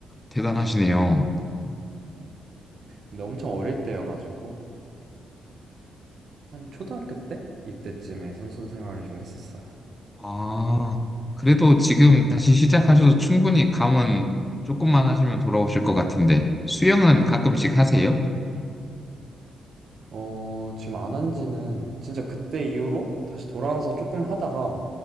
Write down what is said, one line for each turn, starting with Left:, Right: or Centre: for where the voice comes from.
Left: 대단하시네요.
Right: 근데 엄청 어릴 때여가지고 한 초등학교 때 이때쯤에 선수 생활을 좀 했었어요.
Left: 아, 그래도 지금 다시 시작하셔도 충분히 감은 조금만 하시면 돌아오실 것 같은데, 수영은 가끔씩 하세요?
Right: 어, 지금 안 한 지는 진짜 그때 이후로 다시 돌아와서
Left: 네.
Right: 조금 하다가